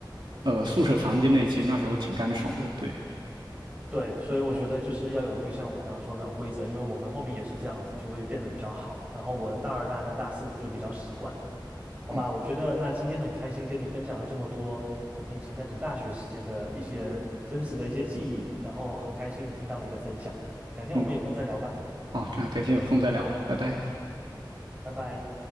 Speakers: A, on the right (about 80°); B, on the right (about 20°).
A: 呃宿舍房间内其实那时候挺干爽的。
B: 就
A: 对，
B: 对，所以我觉得就是要有一个像我刚刚说的那种规则，因为我们后面也是这样子，就会变得比较好。然后我的大二、大三、大四后就比较习惯。了。好吧，
A: 嗯
B: 我觉得那今天很开心跟你分享了这么多我们以前在读大学时间的一些真实的一些记忆，然后很开心有听到你的分享，改天我们有空再聊吧，
A: 嗯，好，那改天有空再聊，拜拜。
B: 拜拜。